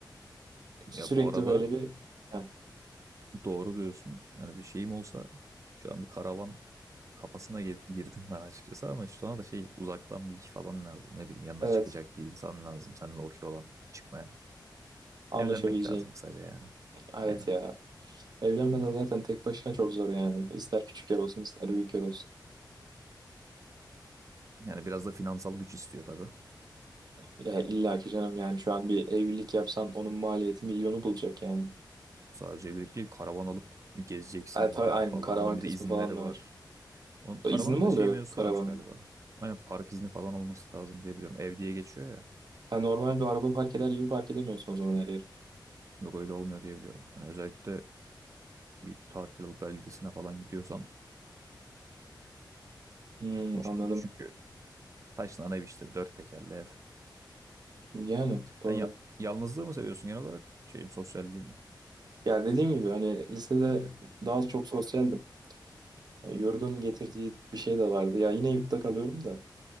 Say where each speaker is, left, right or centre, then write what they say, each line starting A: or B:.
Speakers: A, on the right (about 60°); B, on the right (about 40°).
A: sürekli
B: Ya bu arada
A: böyle bir Ha,
B: Doğru diyorsun. Yani bir şeyim olsa şu an bir karavan kafasına gir- girdim ben açıkçası ama işte ona da şey uzaktan bir iş falan lazım. Ne bileyim yanına
A: evet
B: çıkacak bir insan lazım. Seninle okey olan çıkmaya.
A: anlaşabileceğin.
B: Evlenmek lazım kısaca yani.
A: Evet
B: Aynen.
A: ya. Evlenmeden zaten tek başına çok zor yani. İster küçük yer olsun ister büyük yer olsun.
B: Yani biraz da finansal güç istiyor tabii.
A: Ya illa ki canım yani şu an bir evlilik yapsan onun maliyeti milyonu bulacak yani.
B: Sadece evlilik değil karavan alıp gezeceksin
A: E, tabii
B: bayağı
A: aynen
B: falan.
A: karavan
B: Onun
A: kısmı
B: bir de izinleri
A: falan da
B: var.
A: var.
B: Onun, karavanın
A: E, İzni mi
B: bir
A: oluyor
B: de şey mevzusu
A: karavanın?
B: varmış galiba. Aynen park izni falan olması lazım diye biliyorum. Ev diye geçiyor ya.
A: Ha, normal bir araba park eder gibi park edemiyorsun o zaman her yeri.
B: Yok öyle olmuyor diye biliyorum. Hani özellikle bir tatil alıp beldesine falan gidiyorsan
A: Hmm,
B: O şekil.
A: anladım.
B: Çünkü Taş'ın ana evi işte dört tekerli ev.
A: Yani doğru.
B: Sen ya yalnızlığı mı seviyorsun genel olarak? Şeyim sosyalliği mi?
A: Ya dediğim gibi hani lisede daha çok sosyaldim. Yani yurdun getirdiği bir şey de vardı. Ya yine yurtta kalıyorum da.